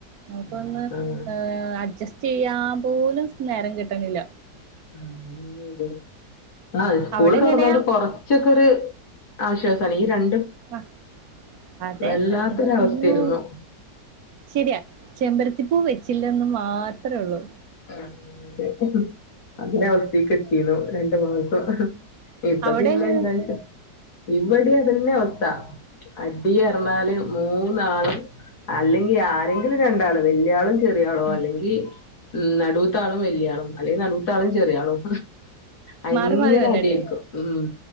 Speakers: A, on the right (about 65°); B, on the left (about 60°).
A: മൂത്തതങ്ങാ
B: ആഹ് ആഹ്
A: ഏഹ് അഡ്ജസ്റ്റ് ചെയ്യാ പോലും സ് നേരം കിട്ടണില്ല
B: <unintelligible> അതെ ആഹ് സ്കൂൾ
A: അവിടെ
B: തൊറന്നോണ്ട്
A: എങ്ങനെയാ
B: കൊറച്ചക്കൊരു ആശ്വാസ പണി രൻ
A: ആഹ് അതെ
B: വല്ലാത്തൊരവസ്ഥയായിരുന്നു
A: ഇന്റെ പോന്നോ ശെര്യ ചെമ്പരത്തിപ്പു വെച്ച് ഇല്ലെന്ന് മാത്രെ ഒള്ളു
B: ആഹ് അതെ അതിന് അവൻ സ്പീക്കെച്ചിന്നു രണ്ട് മാസം ഇപ്പ
A: അവിടെ
B: പിന്നെ
A: എങ്ങനെ
B: എന്താന്ന്ച്ചാ ഇവിടെയാ ഇതെന്നെ അവസ്ഥ അടി അർഞ്ഞാല് മൂന്നാളും അല്ലങ്കി ആരെങ്കിലും രണ്ടാളും വല്യാളും ചെറിയാളും
A: ഉം
B: അല്ലെങ്കി ഉം നടുത്താളും വല്യാളും അല്ലെ നടുത്താളും ചെറിയാളും അയ്ങ്ങനെ
A: മാറി മാറി വരണുണ്ട്
B: അടിയായ്ക്കും ഉം